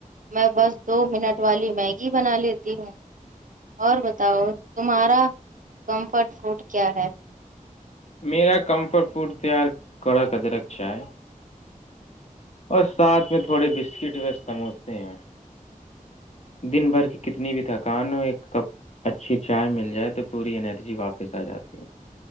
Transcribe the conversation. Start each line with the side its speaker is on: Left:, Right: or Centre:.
Right: میں بس دو منٹ والی مہنگی بنا لیتی ہوں اور بتاؤ تمہارا کمفرٹ فوڈ کیا ہے
Left: میرا کمفر فوڈ تیار کوڑا قدرک شاہ ہے <unintelligible> اور ساتھ میں تھوڑے بسکٹ سموسے ہیں دن بھر کی کتنی بھی تھکان ہو ایک کپ اچھی چائے مل جائے تو پوری انرجی واپس ا جاتی ہے